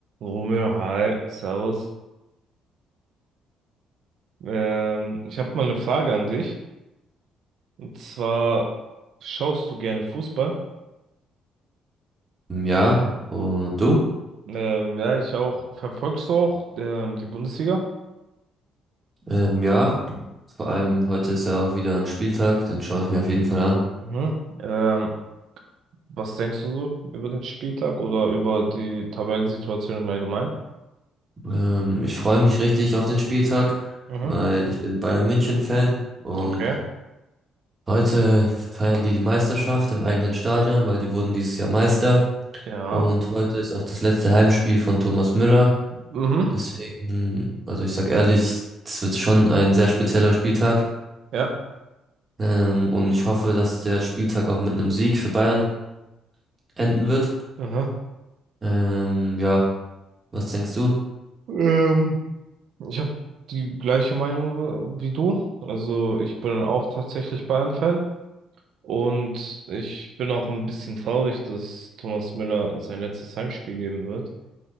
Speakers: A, on the right (about 55°); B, on the right (about 20°).
A: Romeo, hi, servus. Ähm, ich habe mal eine Frage an dich. Und zwar, schaust du gerne Fußball?
B: Ähm, Ja, und du?
A: Ähm, ja, ich auch. Verfolgst du auch ähm, die Bundesliga?
B: Ähm, ja, vor allem heute ist ja auch wieder ein Spieltag, den schaue ich mir auf jeden Fall an.
A: Mhm. Ähm, was denkst du so über den Spieltag oder über die Tabellensituation im Allgemeinen?
B: Ähm, ich freue mich richtig auf den Spieltag,
A: Mhm.
B: weil ich bin Bayern München-Fan und
A: Okay.
B: heute feiern die die Meisterschaft im eigenen Stadion, weil die wurden dieses Jahr Meister.
A: Ja.
B: Und heute ist auch das letzte Heimspiel von Thomas Müller.
A: Mhm.
B: Deswegen, also ich sag ehrlich, es wird schon ein sehr spezieller Spieltag.
A: Ja.
B: Ähm, und ich hoffe, dass der Spieltag auch mit einem Sieg für Bayern enden wird.
A: Mhm.
B: Ähm, ja, was denkst du?
A: Ähm, ich habe die gleiche Meinung wie du. Also ich bin auch tatsächlich Bayern-Fan. Und ich bin auch ein bisschen traurig, dass Thomas Müller sein letztes Heimspiel geben wird.